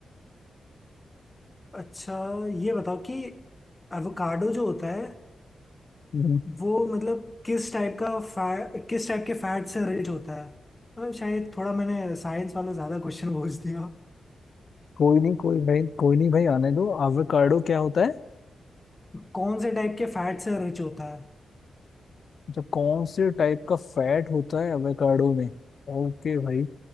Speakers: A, on the left (about 25°); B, on the left (about 65°).
A: अच्छा ये बताओ कि एवोकाडो जो होता है
B: हम्म,
A: वो मतलब किस टाइप का फै, किस टाइप के फैट से रिच होता है अ, शायद थोड़ा मैंने साइंस वाला ज्यादा क्वेश्चन पूछ दिया
B: कोई नहीं कोई भाई कोई नहीं भाई आने दो एवोकाडो क्या होता है
A: कौन से टाइप के फैट से रिच होता है
B: जो कौन से टाइप का फैट होता है एवोकाडो में ओके भाई